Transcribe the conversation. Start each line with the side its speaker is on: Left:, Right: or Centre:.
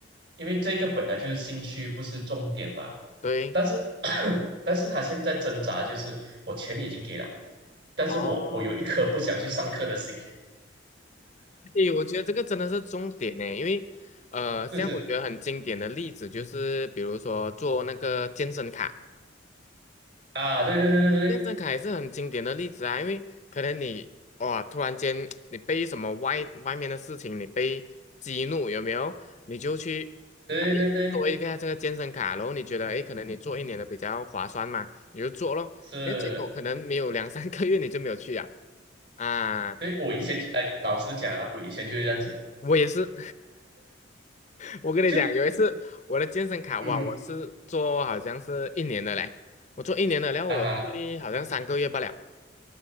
Right: 因为这个本来就是兴趣，不是重点嘛。
Left: 对。
Right: 但是 <coughs> 但是他现在挣扎就是我钱已经给了，但是我我有一颗不想去上课的心，
Left: 哦，诶，我觉得这个真的是重点呢，因为呃，像我觉得很经典的例子就是，
Right: 就是
Left: 比如说做那个健身卡，
Right: 啊，对对对对
Left: 健身卡也是很经典的例子啊，因为可能你哇，突然间 <tsk> 你被什么外外面的事情你被激怒，有没有？你就去哎做一个这个健身卡，
Right: 对对对对，
Left: 然后你觉得哎，诶可能你做一年的比较划算嘛，你就做咯，
Right: 是，
Left: 那结果可能没有两三个月你就没有去啊。啊，
Right: 对我以前哎，老实讲啊，我以前就是这样子，
Left: 我也是，<laughs> 我跟你讲，
Right: 就
Left: 有一次我的健身卡，
Right: 嗯
Left: 哇，我是做好像是一年的嘞，我做一年的，然后我去好像三个月不了，
Right: 啊哈